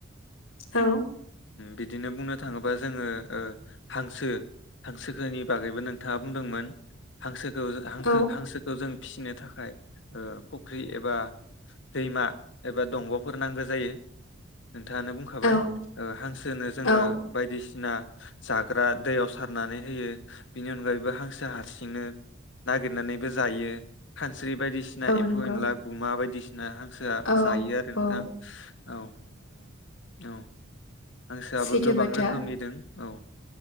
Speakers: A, on the left (about 80°); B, on the left (about 60°).
A: औ
B: बिदिनो बुंनो थाङोबा जोङो हांसो हांसोखोनि बागैबो नोंथाङा बुंदोंमोन हांसो खो हांखो
A: औ
B: हांसो जों फिसिनो थाखाय फुख्रि एबा दैमा एबा दंग'फोर नांगौ जायो। नोंथाङानो बुंखाबाय
A: औ
B: हांसोनो जोङो
A: औ
B: बायदिसिना जाग्रा दैयाव सारनानै होयो बिनि अनगायैबो हांसो हारसिंनो नागिरनानै जायो। स्रि बायदिसिना
A: औ
B: एम्फौ
A: नंगौ
B: एनला गुमा बायदिसि नाहां गोसोआ
A: औ
B: जायो आरो नोंथां
A: औ
B: औ औ हांसोआबो
A: सैथो
B: गोबां
A: बाथ्रा
B: रोखोमनि दोंं। औ